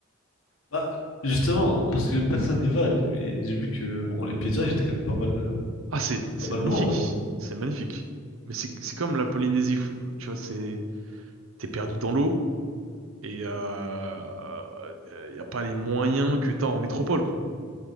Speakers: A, on the left; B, on the right.
A: Bah justement, parce que personne n'y va, et j'ai vu que bon les paysages étaient quand même pas mal euh,
B: Ah c'est c'est
A: pas mal
B: magnifique,
A: bons ouais.
B: c'est magnifique. Mais c'est c'est comme la Polynésie, f- euh, tu vois, c'est t'es perdu dans l'eau et euh, y a pas les moyens que t'as en métropole quoi.